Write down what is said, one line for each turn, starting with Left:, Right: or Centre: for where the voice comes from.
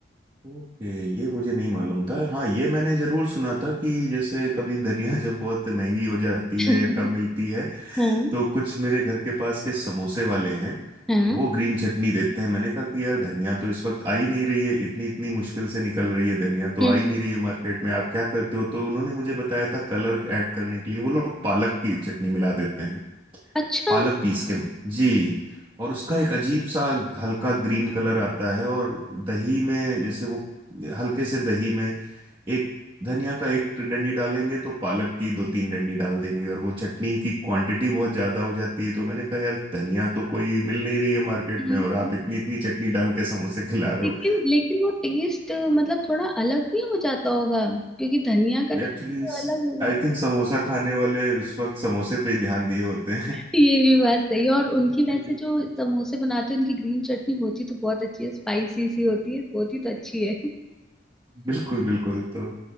Right: ओके ये मुझे नहीं मालूम था हाँ ये मैंने जरूर सुना था कि जैसे कभी धनिया <laughs> जब बहुत महंगी हो जाती
Centre: <laughs>
Right: है या कम मिलती है
Centre: हाँ
Right: तो कुछ मेरे घर के पास के समोसे वाले हैं
Centre: हाँ
Right: वो ग्रीन चटनी देते हैं मैंने कहा कि यार धनिया तो इस वक्त आ ही नहीं रही है इतनी इतनी मुश्किल से निकल रही है धनिया तो
Centre: हम्म
Right: आ ही नहीं
Centre: हम्म।
Right: रही है मार्केट में आप क्या करते हो तो उन्होंने मुझे बताया था कलर ऐड करने के लिए वो लोग पालक की चटनी मिला देते हैं
Centre: अच्छा
Right: पालक पीस के जी और उसका एक अजीब सा हल्का ग्रीन कलर आता है और दही में जैसे वो हल्के से दही में एक धनिया का एक डंडी डालेंगे तो पालक की दो तीन डंडी डाल देंगे और वो चटनी की क्वांटिटी बहुत ज्यादा हो जाती है तो मैंने कहा यार धनिया तो कोई मिल नहीं रही है मार्केट
Centre: हम्म,
Right: में और आप इतनी इतनी चटनी डाल के समोसे खिला रहे
Centre: लेकिन
Right: हो
Centre: लेकिन वो टेस्ट मतलब थोड़ा अलग भी हो जाता होगा क्योंकि धनिया का टेस्ट
Right: एक्चुअली
Centre: तो अलग होगा
Right: आई थिंक समोसा खाने वाले उस वक्त समोसे पे ही ध्यान दिए होते
Centre: <laughs> ये भी बात सही है और उनकी
Right: हैं
Centre: वैसे जो
Right: <laughs>
Centre: समोसे बनाते हैं उनकी ग्रीन चटनी होती तो बहुत अच्छी है स्पाइसी सी होती है होती तो अच्छी है
Right: बिल्कुल बिल्कुल तो